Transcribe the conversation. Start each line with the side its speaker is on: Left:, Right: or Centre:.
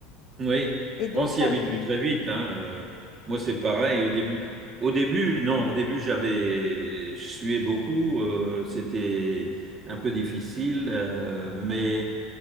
Right: Oui,
Left: Et donc,
Right: on s'y
Left: ça
Right: habitue
Left: me...
Right: très vite, hein. euh, moi, c'est pareil. Au début, au début, non, au début, j'avais, je suais beaucoup. euh, c'était un peu difficile, euh, mais